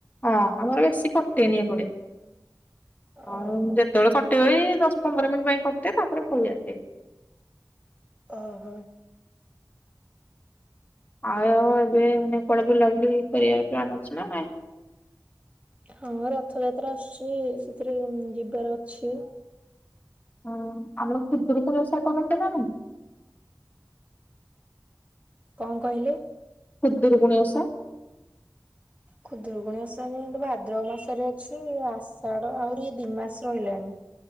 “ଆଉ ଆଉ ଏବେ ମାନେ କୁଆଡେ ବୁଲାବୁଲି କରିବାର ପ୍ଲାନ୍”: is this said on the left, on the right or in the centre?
Left